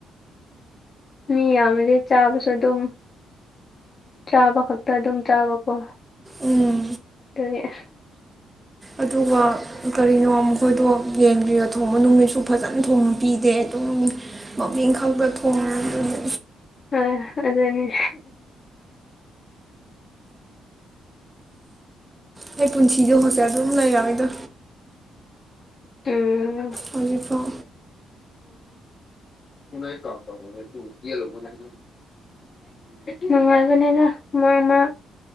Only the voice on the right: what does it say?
ꯎꯝ
ꯑꯗꯨꯒ ꯀꯔꯤꯅꯣ ꯃꯈꯣꯏꯗꯣ ꯌꯦꯡꯕꯤꯌꯣ ꯊꯣꯡꯕ ꯅꯨꯃꯤꯠꯁꯨ ꯐꯖꯅ ꯊꯣꯡꯕ ꯄꯤꯗꯦ ꯑꯗꯨꯝ ꯃꯃꯤꯡ ꯈꯛꯇ ꯊꯣꯡꯉꯦ ꯑꯗꯨꯅꯤ
ꯍ ꯄꯨꯟꯁꯤ ꯌ ꯍꯧꯁꯦ ꯑꯗꯨꯝ ꯂꯩꯔꯅꯤꯗꯣ
ꯍꯧꯖꯤꯛꯐꯥꯎ꯫